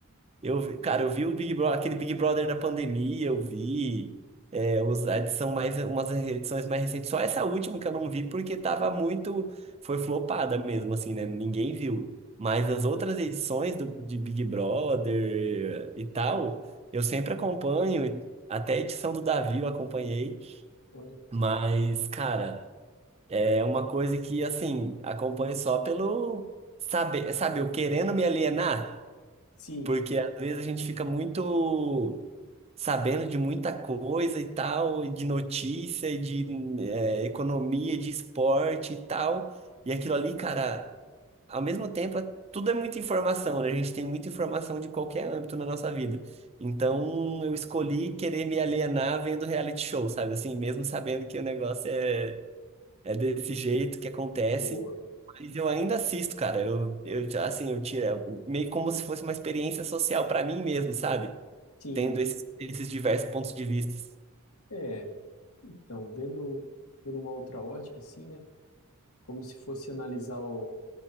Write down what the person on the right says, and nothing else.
Eu, vi- cara, eu vi o Big Brother, aquele Big Brother da pandemia, eu vi. É, os, a edição mais, umas edições mais recentes. Só essa última que eu não vi, porque tava muito. Foi flopada mesmo, assim, né? Ninguém viu. Mas as outras edições do, de Big Brother e tal, eu sempre acompanho. e Até a edição do Davi eu acompanhei.
Mas, cara, é uma coisa que, assim, acompanho só pelo saber, sabe, eu querendo me alienar.
Porque às vezes a gente fica muito sabendo de muita coisa e tal, e de notícia, e de eh, economia, e de esporte e tal. E aquilo ali, cara, ao mesmo tempo, é- tudo é muita informação, né? A gente tem muita informação de qualquer âmbito na nossa vida. Então eu escolhi querer me alienar vendo reality show, sabe? Assim, mesmo sabendo que o negócio é é desse jeito que acontece.
Mas eu ainda assisto, cara. Eu, eu já, assim, eu tiro, é meio como se fosse uma experiência social pra mim mesmo, sabe?
Tendo esses, esses diversos pontos de vista.